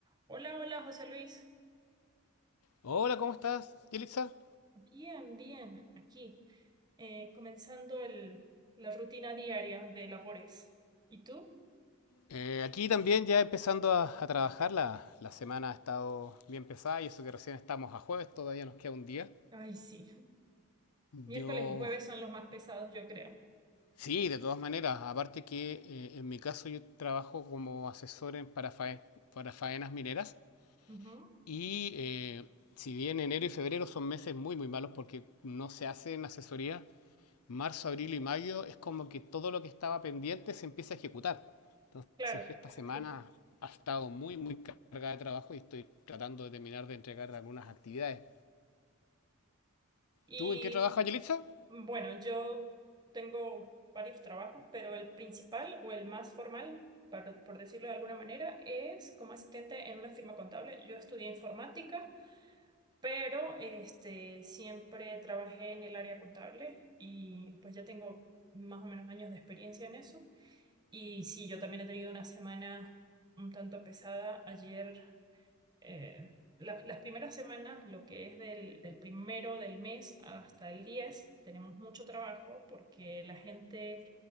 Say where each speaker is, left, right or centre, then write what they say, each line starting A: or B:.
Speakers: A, on the right; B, on the left.
A: Hola, hola, José Luis.
B: Hola, ¿cómo estás, Yelitza?
A: Bien, bien, aquí, eh, comenzando el, la rutina diaria de labores. ¿Y tú?
B: Eh, aquí también ya empezando a, a trabajar, la, la semana ha estado bien pesada y eso que recién estamos a jueves, todavía nos queda un día.
A: Ay, sí. Miércoles
B: Yo,
A: y jueves son los más pesados, yo creo.
B: sí, de todas maneras, aparte que eh, en mi caso yo trabajo como asesor en, para, fae- para faenas mineras
A: Ujú,
B: y eh, si bien enero y febrero son meses muy, muy malos porque no se hacen asesoría, marzo, abril y mayo es como que todo lo que estaba pendiente se empieza a ejecutar. Entonces,
A: Claro,
B: esta semana
A: sí.
B: ha estado muy, muy cargada de trabajo y estoy tratando de terminar de entregar algunas actividades.
A: Y
B: ¿Tú en qué trabajas, Yelitza?
A: bueno, yo tengo varios trabajos, pero el principal o el más formal, para- por decirlo de alguna manera, es como asistente en una firma contable. Yo estudié informática pero este, siempre trabajé en el área contable y pues ya tengo más o menos años de experiencia en eso. Y sí, yo también he tenido una semana un tanto pesada. Ayer, eh, la- las primeras semanas, lo que es del, del primero del mes hasta el 10 tenemos mucho trabajo porque la gente